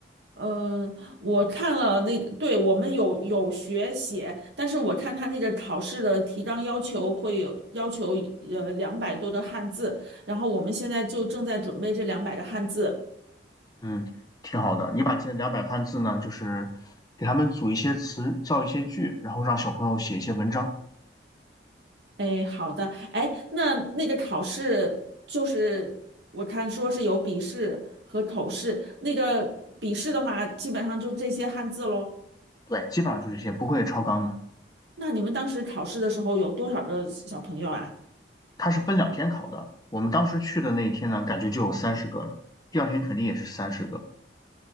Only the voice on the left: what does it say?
嗯，挺好的。你把这两百汉字呢，就是给他们组一些词，造一些句，然后让小朋友写一些文章。
对，基本上就这些，不会超纲的。
它是分两天考的。我们当时去的那一天呢，感觉就有三十个了。第二天肯定也是三十个。